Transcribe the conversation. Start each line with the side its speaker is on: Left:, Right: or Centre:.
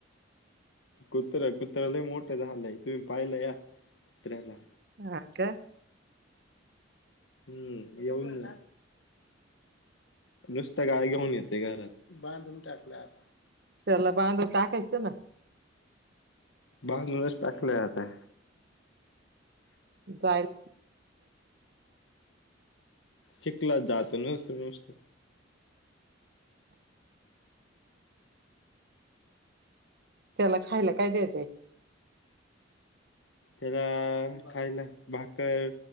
Left: कुत्रा लय मोठं झालंय तुम्ही पाहिलं या कुत्र्याला
Right: हा का?
Left: हम्म येऊन नुसत्या गाळी घेऊन येते घरात बांधून टाकलं आता
Right: त्याला बांधून टाकायच ना
Left: बाधूनच टाकलंय आता
Right: जायला
Left: चिखलात जात नसतं तुम्ही
Right: त्याला खायला काय द्यायचंय?
Left: त्याला खायला भाकर